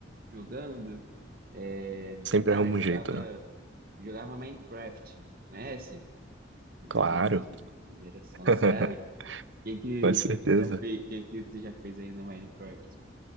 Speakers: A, on the right (about 55°); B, on the right (about 75°).
A: jogando, é,
B: sempre
A: cara,
B: arruma
A: eu jogava,
B: um jeito, né?
A: jogava Minecraft, conhece? Joguinho
B: Claro,
A: de, de geração,
B: <laughs>
A: sério? O Que que,
B: com certeza.
A: que que tu já fez, que que tu já fez aí no Minecraft?